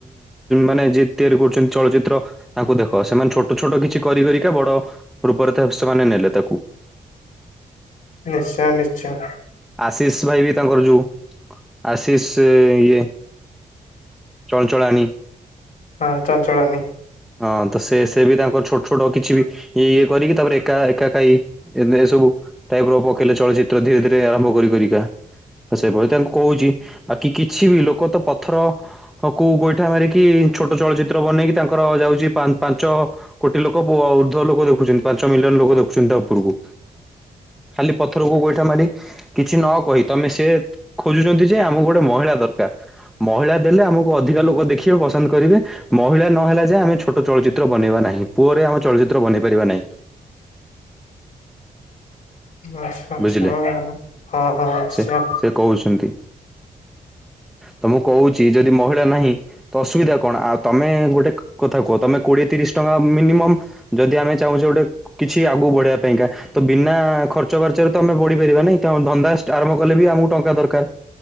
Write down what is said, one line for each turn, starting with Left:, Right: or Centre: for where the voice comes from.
Centre: ମାନେ ଯେ ତିଆରି କରୁଛନ୍ତି ଚଳଚିତ୍ର ତାଙ୍କୁ ଦେଖ ସେମାନେ ଛୋଟ ଛୋଟ କିଛି କରି କରି କେତେ ବଡ ରୂପରେ ତ ସେମାନେ ନେଲେ ତାକୁ।
Left: ନିଶ୍ଚୟ ନିଶ୍ଚୟ।
Centre: ଆଶିଷ ଭାଇ ବି ତାଙ୍କର ଯେଉ ଆଶିଷ ଇଏ ଚଳଚଳାଣି।
Left: ହଁ ଚଞ୍ଚଚଲାନୀ।
Centre: ହଁ ତ ସେ ସେ ବି ତାଙ୍କର ଛୋଟ ଛୋଟ କିଛି ବି ଇଏ ଇଏ କରିକି ତାପରେ ଏକା ଏକା କାଇ ଏ ସବୁ ଟାଇପ ର ପକେଇଲେ ଚଳଚିତ୍ର ଧୀରେ ଧୀରେ ଆରମ୍ଭ କରି କରିକା ସେଭଳି ତାଙ୍କୁ କହୁଛି ବାକି କିଛି ବି ଲୋକ ତ ପଥର କୁ ଗୋଇଠା ମାରିକି ଛୋଟ ଚଳଚିତ୍ର ବନେଇକି ତା ଯାଉଛି ପାଞ୍ଚ କୋଟି ଲୋକ ଉର୍ଦ୍ଧ ଲୋକ ଦେଖୁଛନ୍ତି ପାଞ୍ଚ ମିଲିୟନ ଲୋକ ଦେଖୁଛନ୍ତି ତା ଉପରକୁ। ଖାଲି ପଥରକୁ ଗୋଇଠା ମାରି କିଛି ନ କହି ତମେ ସେ ଖୋଜୁଛନ୍ତି ଯେ ଆମକୁ ଗୋଟେ ମହିଳା ଦରକାର ମହିଳା ଦେଲେ ଆମକୁ ଅଧିକା ଲୋକ ଦେଖିବେ ପସନ୍ଦ କରିବେ ମହିଳା ନହ ଯେ ଆମେ ଛୋଟ ଚଳଚିତ୍ର ବନେଇବା ନାହିଁ ପୁଅରେ ଆମେ ଚଳଚିତ୍ର ବନେଇ ପାରିବା ନାହିଁ।
Left: ଆଛା ଆଛା
Centre: ବୁଝିଲେ
Left: ହଁ ହଁ ନିଶ୍ଚୟ।
Centre: ସେ ସେ କହୁଛନ୍ତି ତ ମୁଁ କହୁଛି ଯଦି ମହିଳା ନାହିଁ ତ ଅସୁବିଧା କଣ ଆଉ ତମେ ଗୋଟେ କଥା କୁହ ତମେ କୋଡିଏ ତିରିଶ ଟଙ୍କା ମିନିମମ୍ ଯଦି ଆମେ ଚାହୁଁଛେ ଗୋଟେ କିଛି ଆଗକୁ ବଢବା ପାଇଁକା ତ ବିନା ଖର୍ଚ୍ଚ ପର୍ଚ୍ଚ ପର୍ଚରେ ତମେ ବଢିପାରିବା ନାଇଁ ଧନ୍ଦା ଆରମ୍ଭ କଲେ ବି ଆମକୁ ଟଙ୍କା ଦରକାର।